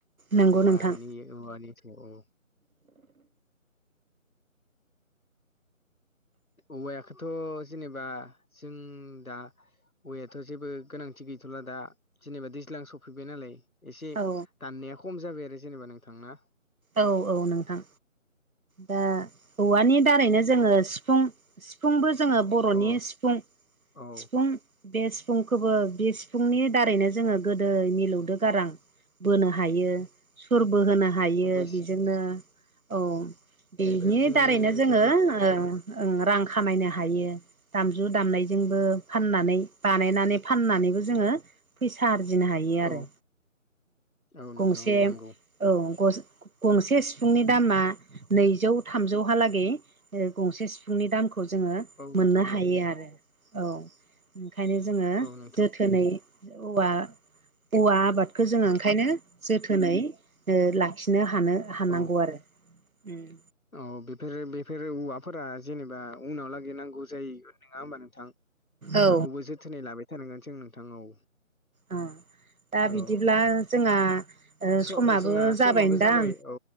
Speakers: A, on the right (about 80°); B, on the left (about 85°).
A: नंगौ
B: औवानि
A: नोंथां
B: औवानिथ' औ। औवायखौथ' जेनेबा जों दा औयाथ' जेबो गोनांथि गैथ'ला दा जेनेबा दैज्लां सफैबाय नालाय। एसे
A: औ
B: दाननाया खम जाबाय आरो जेनेबा नोंथांना?
A: औ औ नोंथां दा औवानि दारैनो
B: अ
A: जोङो सिफुं सिफुंबो जोङो बर'नि
B: औ
A: सिफुं
B: औ
A: सिफुं बे सिफुंखौबो बे सिफुंनि दारैनो जोङो गोदै मिलौदो गारां बोनो हायो सुर बो होनोनो हायो
B: बै
A: बेजोंनो औ। बेनि
B: बेफोरजोंनो
A: दारैनो जोङो
B: जोबोद
A: ओ रां खामायनो हायो। दामजु दामनायजोंबो फाननानै बानायनानै फाननानैबो जोङो फैसा आरजिनो हायो आरो
B: औ औ नोंथां
A: गंसे
B: औ नंगौ
A: औ। गंसे सिफुंनि दामा नैजौ थामजौहालागै गंसे सिफुंनि दामखौ जोङो
B: औ
A: मोननो
B: नोंथां
A: हायो
B: औ
A: आरो औ। ओंखायनो जोङो
B: औ नोंथां
A: जोथोनै औवा औवा आबादखौ जोङो ओंखायनो जोथोनै लाखिनो हायो। थानो हानांगौ
B: औ
A: आरो उम्म।
B: औ बेफोर बेफोरो औवाफोरा जेनेबा उनाव लागै नांगौ जायो। नङा होमबा नोंथां बेफोरखौबो
A: औ
B: जोथोनै लाबाय थानांगोन जों नोंथां औ।
A: अ दा बिदिब्ला
B: औ
A: जोंहा
B: स'
A: समाबो
B: जोंहा
A: जाबायदां?
B: समाबो जाबाय औ